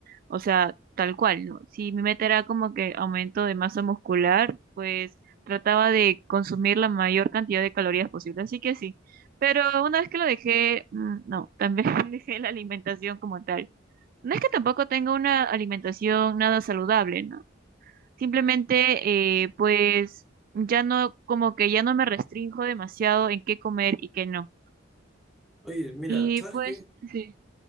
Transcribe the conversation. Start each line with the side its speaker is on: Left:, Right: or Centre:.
Right: o sea, tal cual, ¿no? Si mi meta era como que aumento de masa muscular, pues trataba de consumir la mayor cantidad de calorías posible, así que sí. Pero una vez que lo dejé, mm, no, también <laughs> dejé la alimentación como tal. No es que tampoco tenga una alimentación nada saludable, ¿no? Simplemente, eh, pues, ya no, como que ya no me restrinjo demasiado en qué comer y qué no.
Centre: Oye, mira,
Right: Y
Centre: ¿sabes
Right: pues,
Centre: qué?
Right: sí,